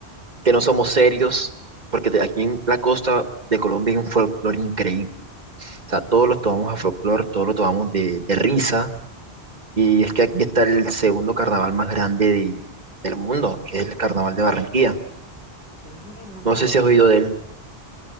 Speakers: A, on the right; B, on the left.
A: que no somos serios, porque de aquí en la costa de Colombia hay un folclore increíble. O sea, todos los tomamos a folclore, todos lo tomamos de, de risa. Y es que aquí está el segundo carnaval más grande de- del mundo, que es el Carnaval de Barranquilla.
B: ¿Qué? No me
A: No
B: lo
A: sé
B: sabía.
A: si has oído de él.